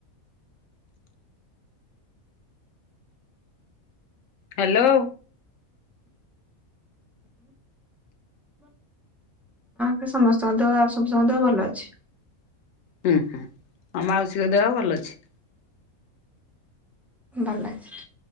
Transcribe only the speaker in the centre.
କ ସମସ୍ତଙ୍କ ଦେହ ଆଉ ସବୁ ସମସ୍ତଙ୍କ ଦେହ ଭଲ ଅଛି।
ଭଲ ଅଛି।